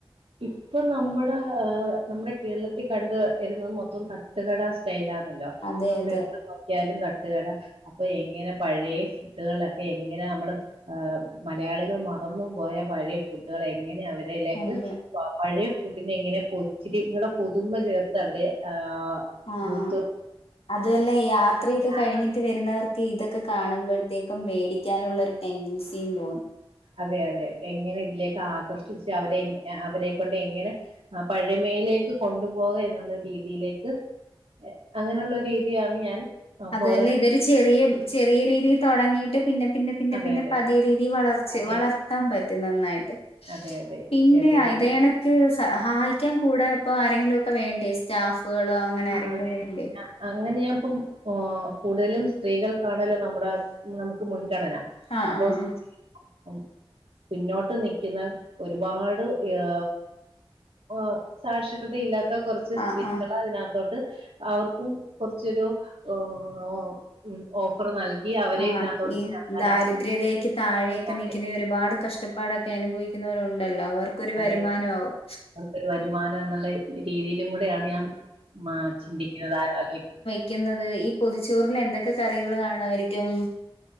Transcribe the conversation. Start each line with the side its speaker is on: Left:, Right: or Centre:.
Right: ഇപ്പംനമ്മുട ആഹ് നമ്മുടെ കേരളത്തികണ്ട് വരുന്നത് മൊത്തം തട്ടുകട സ്റ്റൈലാണല്ലോ.
Left: അതെ
Right: നമ്മളെവ്ടെ
Left: അതെ
Right: നോക്കിയാലും തട്ട്കട അപ്പൊ എങ്ങനെ പഴയ ഫുഡുകളെക്കെ എങ്ങനെ നമ്മള് ആഹ് മലയാളികൾ മറന്നും പോയ പഴയ ഫുഡുകളെങ്ങനെ അവരെലേക്ക്
Left: അതെ
Right: പ പഴയ ഫുഡിനെങ്ങനെ പുച്ചിരിങ്ങടെ പുതുമ ചേർത്ത് അവരെ ആഹ്
Left: ആഹ്
Right: യൂത്ത്
Left: അതുംല്ല യാത്രയൊക്കെ കഴിഞ്ഞിട്ട്
Right: ന്യൂ
Left: വരുന്നവർക്ക് ഇതൊക്കെ കാണുമ്പോഴ്ത്തേക്കും വേടിക്കാനുള്ളൊരു ടെന്റൻസിയും തോന്നും
Right: അതെ അതെ എങ്ങനെ ഇതിലേക്ക് ആകർഷിച് അവരെങ്ങ അവരെകൊണ്ട് എങ്ങനെ ആ പഴമയിലേക്ക് കൊണ്ടുപോക എന്നുള്ളൊരുരീതിയിലേക്ക് അങ്ങനെള്ളൊരീതിയാണ് ഞാൻ
Left: അത്‌വല്ല
Right: ഫോളോ ചെയ്യ
Left: ഇതൊരു ചെറിയ വ് ചെറിയ രീതിയിൽ തൊടങ്ങിയിട്ട് പിന്നെ പിന്നെ പിന്നെ
Right: അതെ
Left: പിന്നെ
Right: അതെ
Left: പതിയരീതി വളർച്ച്
Right: അതെ
Left: വളർത്താൻ പറ്റും നന്നായിട്ട്
Right: അതെ അതെ
Left: പിന്നെ
Right: ചെറിയ
Left: അയ്തെണ്
Right: രീതി
Left: ക്ക് സഹായിക്കാൻ കൂടെപ്പൊ ആരെങ്കിലുംക്കെ വേണ്ടേ സ്റ്റാഫ്കള് അങ്ങനെ
Right: ആ
Left: ആരെങ്കിലും
Right: അതെ
Left: വേണ്ടേ?
Right: അങ്ങനെ ഞാൻ ഇപ്പം ഓ കൂടുതലും സ്ത്രീകൾക്കാണല്ലോ നമ്മുടെ നമുക്ക് മുൻഗണന
Left: ആഹ്
Right: അപ്പൊ
Left: ആഹ്
Right: ഉ പിന്നോട്ട് നിക്കുന്ന ഒരുപാട് യാ ആഹ് സാക്ഷരതയില്ലാത്ത കുറച്ച് സ്ത്രീകളെ
Left: ആഹ് ആഹ്
Right: അതിനക തോട്ട് അവർക്കും കുറചൊരു ഓ ഓ ഓഫർ നൽകി അവരെ
Left: ആഹ്
Right: ഇതിനകത്തോട്ട്
Left: ഈ
Right: ചേർക്കാനാണ്
Left: ദാരിദ്ര്യരേഖക്ക് താഴെയൊക്കെ
Right: അതെ
Left: നിക്കുന്ന ഒരുപാട് കഷ്ട പ്പാടൊക്കെ അനുഭവിക്കുന്നവരുണ്ടല്ലോ അവർക്കൊരു
Right: അതെ
Left: വരുമാനമാവും.
Right: അവർക്കൊരു വരുമാനം എന്നുള്ള രീതിയിലും കൂടെയാണ് ഞാൻ ചിന്തിക്കുന്നത് ആലോ
Left: ക്കിന്നത് ഈ പൊതിച്ചോറന് എന്തൊക്കെ കറികൾ കാണുവായിരിക്കും